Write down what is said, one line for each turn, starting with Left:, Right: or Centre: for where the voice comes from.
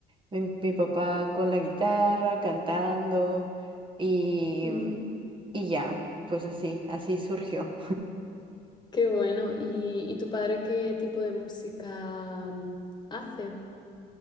Right: mi, mi papá con la guitarra, cantando y,
Left: ujú.
Right: y ya, pues así, así surgió.
Left: Qué bueno. ¿Y, y tu padre qué tipo de música mm, hace?